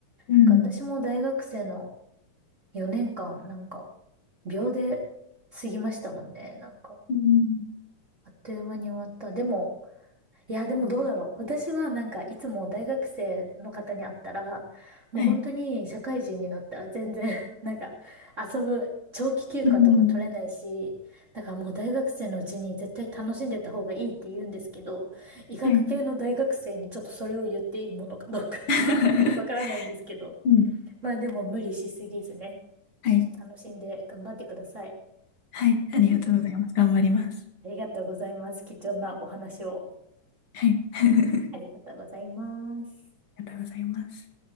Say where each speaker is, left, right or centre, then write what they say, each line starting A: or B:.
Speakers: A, on the left; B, on the right.
A: うん。
B: なんか私も大学生の4年間、なんか、秒で過ぎましたもんね、なんか。
A: うん
B: あっという間に終わった。でも、いや、でもどうだろう。私はなんかいつも大学生の方に会ったら、もう本当に社会人になったら全然
A: はい。
B: <laughs> なんか遊ぶ長期休暇とか取れないし、
A: うん。
B: だからもう大学生のうちに絶対楽しんでた方がいいって言うんですけど、医学系の大学生にちょっとそれを言っていいものかどうか
A: はい。<laughs>
B: <laughs> わからないんですけど、
A: うん。
B: まあでも無理しすぎずね、
A: はい。
B: ちょっと楽しんで頑張ってください。
A: はい。
B: <laughs>
A: ありがとうございます。頑張ります。
B: ありがとうございます。貴重なお話を
A: はい。<laughs> あり
B: ありがとうございます。
A: がとうございます。